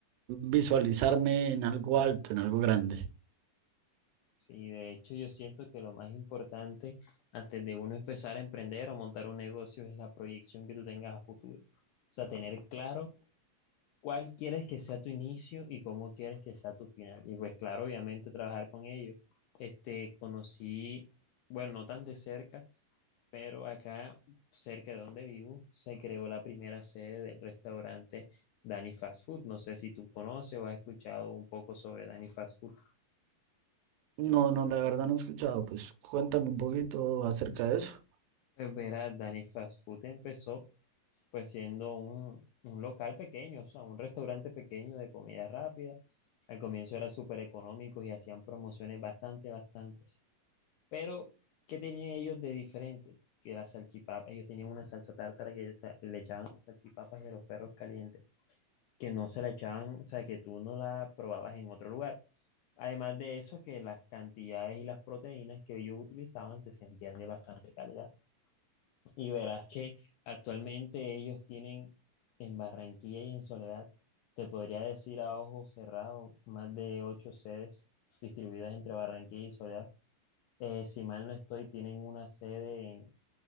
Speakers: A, on the right; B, on the left.
A: visualizarme en algo alto, en algo grande.
B: Sí, de hecho yo siento que lo más importante antes de uno empezar a emprender o montar un negocio es la proyección que tú tengas a futuro. O sea, tener claro cuál quieres que sea tu inicio y cómo quieres que sea tu final. Y pues claro, obviamente trabajar con ellos. Este, conocí, bueno, no tan de cerca, Pero acá, cerca de donde vivo, se creó la primera sede del restaurante Danny Fast Food. No sé si tú conoces o has escuchado un poco sobre Danny Fast Food.
A: No, no, la verdad no he escuchado. Pues cuéntame un poquito acerca de eso.
B: Pues verás, Danny Fast Food empezó pues siendo un, un local pequeño, o sea, un restaurante pequeño de comida rápida. Al comienzo era súper económico y hacían promociones bastante, bastantes. Pero, ¿qué tenían ellos de diferente? Que la salchipapa, ellos tenían una salsa tártara que se- le echaban a las salchipapas y a los perros calientes. que no se la echaban, o sea, que tú no la probabas en otro lugar. Además de eso, que las cantidades y las proteínas que ellos utilizaban se sentían de bastante calidad. Y verás que actualmente ellos tienen en Barranquilla y en Soledad, te podría decir a ojo cerrado, más de ocho sedes distribuidas entre Barranquilla y Soledad. Eh, si mal no estoy, tienen una sede en,